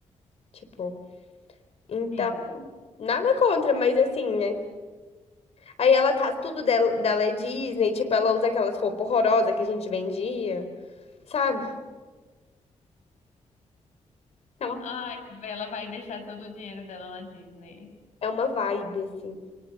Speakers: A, on the left; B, on the left.
A: Tipo, então,
B: Sim.
A: nada contra, mas assim, né? Aí ela casa, tudo dela, dela é Disney, tipo, ela usa aquelas roupas horrorosas que a gente vendia. sabe? Tá.
B: Ai, ela vai deixar todo o dinheiro dela na Disney.
A: É uma vibe, assim.